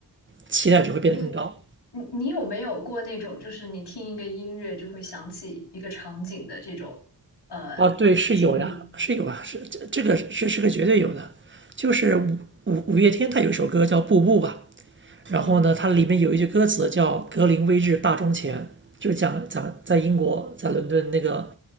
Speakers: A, on the right; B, on the left.
A: 期待值会变得更高。
B: 对，你你有没有过那种，就是你听一个音乐就会想起一个场景的这种呃经历？
A: 哦，对，是有呀，是有啊，是这这个是是个绝对有的，就是五五五月天他有一首歌叫《步步》吧，
B: 嗯，
A: 然后呢，它里面有一句歌词叫“格林威治大钟前”，就是讲讲在英国在伦敦那个